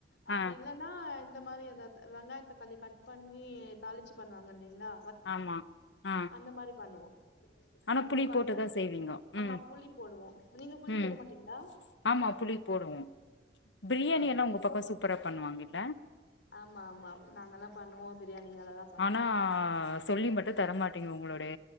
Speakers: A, on the left (about 70°); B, on the left (about 85°).
A: அப்டி
B: ஆ
A: இல்லன் னா இந்த மாரி இந்த த வெங்காயத்தக்காளி கட் பண்ணி தாளிச்சு பண்ணுவாங்க இல்லிங்களா
B: ஆமா ஆ
A: இந்த மாரி பண்ணுவோ
B: ஆனா
A: நம்மளுக்கு
B: புளி போட்டுதா
A: வந்து
B: செய்வீங்கோ
A: ஆமா
B: ம்
A: புளி போடுவோ நீங்க புளி
B: ம்
A: போட மாட்டீங்ளா
B: ஆமா புளி போடுவோம் பிரியாணியெல்லா
A: ஆ புளி
B: உங்க பக்கோ
A: போ
B: சூப்பரா பண்ணுவாங்கில்ல
A: ஆமா ஆமா நாங்கெல்லா பண்ணுவோ பிரியாணி நல்லாதா பண்
B: ஆனா சொல்லி மட்டு தரமாட்டீங்க உங்களுடைய